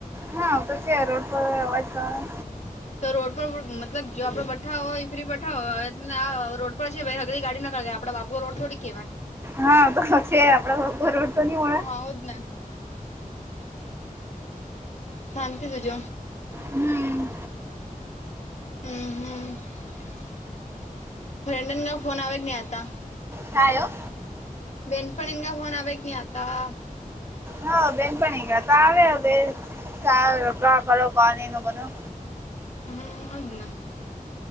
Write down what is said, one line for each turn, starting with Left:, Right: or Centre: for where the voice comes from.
Right: હા કશે રોડ પર અવાજ કર.
Left: તો રોડ પર મતલબ જો આપડે બઠા હોય ફ્રી બઠા હોય આ રોડ પર છે ભગલી ગાડી નક. આપડ બાબુ રોડોડી કેવાય.
Right: હા તો છે આપડા પરવડતો ન.
Left: આવજ ના શાંતિ સુજ
Right: હમ
Left: હમ હમ ફ્રેન્ડન ગ ફોન આવે કે નહી આ હતા
Right: હ આવ્યો
Left: વેનપણીનગા હોન આવેક ન આ
Right: હ બેનપણીંગ તાવે બે ત ગ્રહ કર બ ન ન બનું
Left: હમ અગઞા